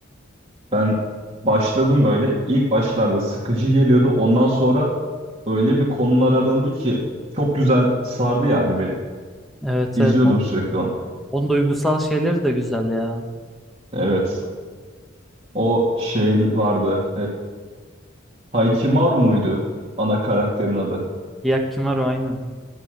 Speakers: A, on the right; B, in the centre.
A: ben başladım böyle. İlk başlarda sıkıcı geliyordu. Ondan sonra öyle bir konulara döndü ki çok güzel sardı yani beni.
B: Evet
A: İzliyordum
B: evet. On-
A: sürekli onu.
B: Onun duygusal şeyleri de güzel ya.
A: Evet. O şey vardı. Haikimaru muydu ana karakterin adı?
B: Hyakkimaro aynı.